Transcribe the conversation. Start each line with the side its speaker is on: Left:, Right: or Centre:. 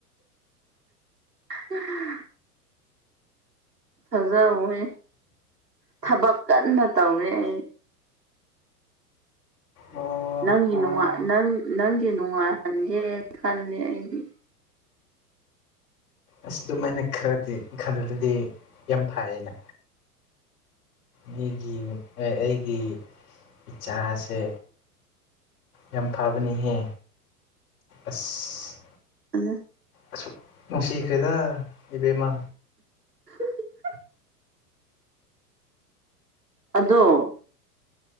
Right: ꯎꯝ <unintelligible> ꯊꯥꯖꯧꯍꯦ ꯊꯕꯛ ꯀꯟꯅ ꯇꯧꯑꯦ ꯑꯩ꯫
Left: ꯑꯣ
Right: ꯅꯪꯒꯤ ꯅꯨꯡꯉꯥꯏ ꯅꯪ ꯅꯪꯒꯤ ꯅꯨꯡꯉꯥꯏꯍꯟꯒꯦ ꯈꯜꯂꯦ ꯑꯩꯗꯤ꯫
Left: ꯑꯁ ꯑꯗꯨꯝ ꯃꯥꯏꯅ ꯈꯔꯗꯤ ꯈꯜꯂꯕꯗꯤ ꯌꯥꯝ ꯐꯩꯅꯥ꯫ ꯃꯤꯒꯤ ꯑꯦ ꯑꯩꯒꯤ ꯏꯆꯥꯁꯦ꯫ ꯌꯥꯝ ꯐꯥꯕꯅꯤꯍꯦ ꯑꯁ꯫
Right: ꯎꯝ꯫
Left: ꯑꯁꯨꯛ ꯅꯨꯡꯁꯤꯈ꯭ꯔꯦꯗ ꯏꯕꯦꯝꯃ꯫
Right: <inaudible> ꯑꯗꯣ